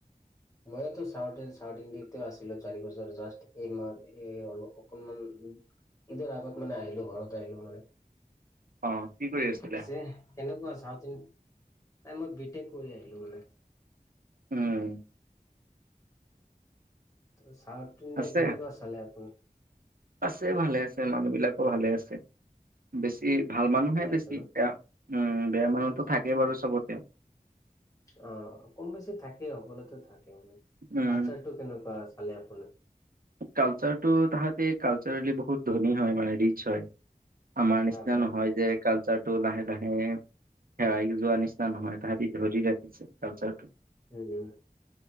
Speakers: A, on the left; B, on the right.
A: ময়োতো চাউথ চাউথ ইণ্ডিয়াতে আছিলোঁ চাৰি বছৰ, জাষ্ট এই মাহ অলপ কুৰ্ণাল, ঈদৰ আগত মানে আহিলোঁ, ঘৰত আহিলোঁ মানে।
B: অ' কি কৰি আছিলে?
A: পিছে কেনেকুৱা চাউত ইন, নাই মই বি টেক কৰি আহিলোঁ মানে।
B: উম।
A: তে চাউথ ইণ্ডিয়া
B: আছে,
A: কেনেকুৱা চালে আপুনি
B: আছে ভালে আছে, মানুহবিলাকো ভালে আছে। বেছি ভাল মানুহে
A: ভালে
B: বেছি,
A: আছে ন
B: এ, উম, বেয়া মানুহো
A: উম,
B: থাকেই বাৰু চবতে।
A: অ' কম বেছি থাকেই, সকলোতে থাকে মানে,
B: উম
A: কালচাৰটো কেনেকুৱা চালে আপুনি?
B: কালচাৰটো তাহাঁতে কালচাৰেলি বহুত ধনী হয় মানে ৰিচ হয়। আমাৰ নিচিনা
A: অ অ অ
B: নহয় যে কালচাৰটো লাহে লাহে হেৰাই যোৱা নিচিনা নহয়, তাহাঁতি ধৰি ৰাখিছে কালচাৰটো।
A: উ